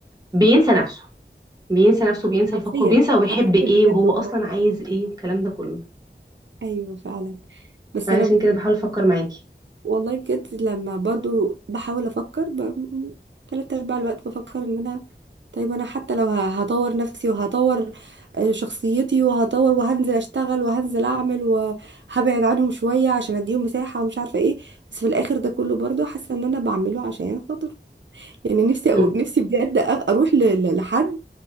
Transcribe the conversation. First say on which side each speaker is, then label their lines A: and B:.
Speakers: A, on the right; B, on the right.
A: بينسى نفسه بينسى نفسه بينسى
B: حرفيا
A: يفكر بينسى هو بيحب
B: حرفيا
A: ايه
B: بجد
A: وهو
B: والله
A: اصلا عايز ايه والكلام ده كله
B: ايوه فعلا بس
A: فعشان
B: انا
A: كده بحاول افكر معاكي
B: والله بجد لما برضو بحاول افكر ب... تلات ارباع الوقت بفكر ان انا طيب انا حتى لو ه- هطور نفسي وهطور آه، شخصيتي وهطور وهنزل اشتغل وهنزل اعمل وهبعد عنهم شوية عشان اديهم مساحة ومش عارفة ايه بس في الاخر ده كله برضو حاسة ان انا بعمله عشان خاطر يعني نفسي
A: امم
B: أقو- نفسي بجد أ- اروح ل... ل- لحد